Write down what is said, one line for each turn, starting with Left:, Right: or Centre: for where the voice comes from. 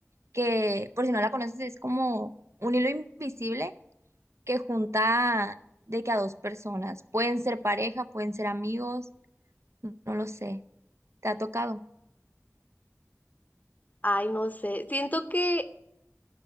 Right: que por si no la conoces es como un hilo invisible que junta de que a dos personas, pueden ser pareja, pueden ser amigos, no lo sé, ¿te ha tocado?
Left: Ay, no sé, siento que